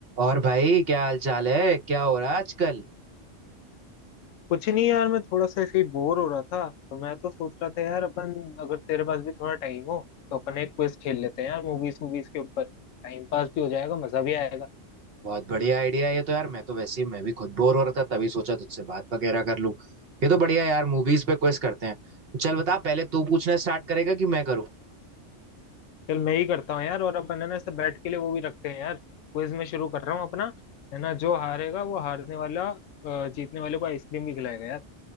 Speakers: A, on the right (about 55°); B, on the left (about 85°).
A: और भाई क्या हाल चाल है क्या हो रहा है आजकल
B: कुछ नहीं यार मैं थोड़ा सा ऐसे ही बोर हो रहा था तो मैं तो सोच रहा था यार अपन अगर तेरे पास भी थोड़ा टाइम हो तो अपन एक क्विज खेल लेते हैं यार मूवीज मूवीज के ऊपर टाइम पास भी हो जाएगा मजा भी आएगा
A: बहुत बढ़िया आइडिया है ये तो यार मैं तो वैसे ही मैं भी खुद बोर हो रहा था तभी सोचा तुझसे बात वगैरह कर लूं ये तो बढ़िया यार मूवीज पे क्विज करते हैं तो चल बता पहले तू पूछना स्टार्ट करेगा कि मैं करूँ
B: चल मैं ही करता हूँ यार और अपन है ना ऐसे बैठ के लिए वो भी रखते हैं यार क्विज में शुरू कर रहा हूँ अपना है ना जो हारेगा वो हारने वाला अ, जीतने वाले को आइसक्रीम भी खिलाएगा यार